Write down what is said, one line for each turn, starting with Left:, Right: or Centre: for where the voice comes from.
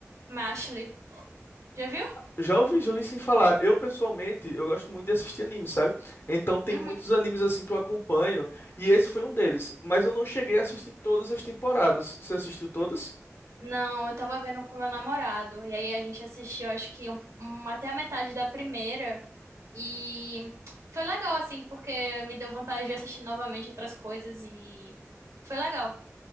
Right: Mashley, Já viu?
Left: Já ouvi, já ouvi sim falar. Eu, pessoalmente, eu gosto muito de assistir anime, sabe? Então tem
Right: Uhum.
Left: muitos animes assim que eu acompanho, e esse foi um deles. Mas eu não cheguei a assistir todas as temporadas. Você assistiu todas?
Right: Não, eu tava vendo com meu namorado. E aí a gente assistiu, acho que um- um- até a metade da primeira. E foi legal, assim, porque me deu vontade de assistir novamente outras coisas e foi legal.